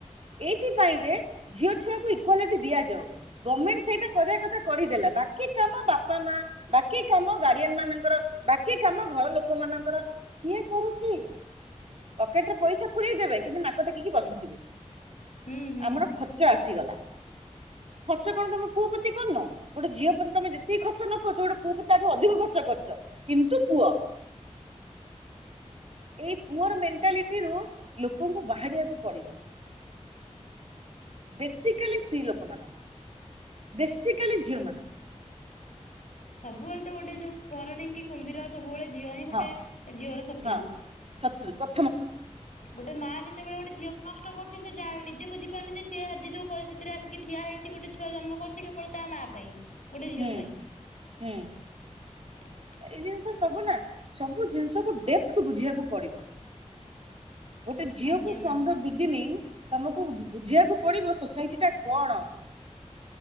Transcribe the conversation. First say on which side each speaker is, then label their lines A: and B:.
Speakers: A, on the right; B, on the left.
A: ଏଇଥିପାଇଁ ଯେ ଝିଅ ଛୁଆକୁ ଇକ୍ୱାଲିଟି ଦିଆଯାଉ। ଗଭର୍ଣ୍ଣମେଣ୍ଟ ସେଇଟା କରିବା କଥା କରିଦେଲା। ବାକି କାମ ବାପା ମା ବାକି କାମ ଗାର୍ଡିଆନ ମାନଙ୍କର ବାକି କାମ ଘର ଲୋକ ମାନଙ୍କର କିଏ କରୁଛି। ପକେଟ ରେ ପଇସା ପୁରଇ ଦେବେ କିନ୍ତୁ ନାକ ଟେକିକି ବସିଥିବେ
B: ହୁଁ ହୁଁ
A: ଆମର ଖର୍ଚ୍ଚ ଆସିଗଲା ଖର୍ଚ୍ଚ କଣ ତମେ ପୁଅ ପତି କରୁନ। ଗୋଟେ ଝିଅ ପ୍ରତି ତମେ ଯେତିକି ଖର୍ଚ ନ କରୁଛ ଗୋଟେ ପୁଅ ତା ଠୁ ଅଧିକ ଖର୍ଚ୍ଚ କରୁଛ କିନ୍ତୁ ପୁଅ ଏଇ ପୁଅର ମେଣ୍ଟାଲିଟିରୁ ଲୋକଙ୍କୁ ବାହାରିବାକୁ ପଡିବ। ବେସିକାଲି ସ୍ତ୍ରୀ ଲୋକମାନଙ୍କୁ ବେସିକାଲି ଝିଅ ମାନଙ୍କୁ
B: ସବୁବେଳେ ତ ଗୋଟେ ଯୋଉ ଘର ଢିଙ୍କି କୁମ୍ଭୀର ସବୁବେଳେ ଝିଅ ହିଁ
A: ହଁ
B: ଗୋଟେ ଝିଅର ଶତ୍ରୁ।
A: ହଁ ଶତ୍ରୁ ପ
B: ଗୋଟେ ମା ଯେତେବେଳେ ଗୋଟେ ଝିଅକୁ ନଷ୍ଟ କଷ୍ଟ କରୁଛି ସେ ଯାଣ ନିଜେ ବଝିପାରୁନି ଯେ ସେ ଆଜି ଯୋଉ ପରିସ୍ଥିତିରେ ଆସିକି ଠିଆ ହେଇଛି ଗୋଟେ ଛୁଆ ଜନ୍ମ କରିଛି କେବଳ ତା ମା ପା ପାଇଁ ଗୋଟେ ଝିଅ
A: ହୁଁ
B: ପାଇଁ।
A: ହୁଁ।
B: <inaudible>
A: ଏଇ ଜିନିଷ ସବୁ ନା ସବୁ ଜିନିଷକୁ ଡେପ୍ଥ କୁ ବୁଝିବାକୁ ପଡିବ। ଗୋଟେ ଝିଅକୁ
B: ଆଜ୍ଞା
A: ଫ୍ରମ
B: ମ୍ୟାମ୍।
A: ଦ ବିଗିନିଂ ତମକୁ ବୁଝିବାକୁ ପଡିବ ସୋସାଇଟି ଟା କଣ।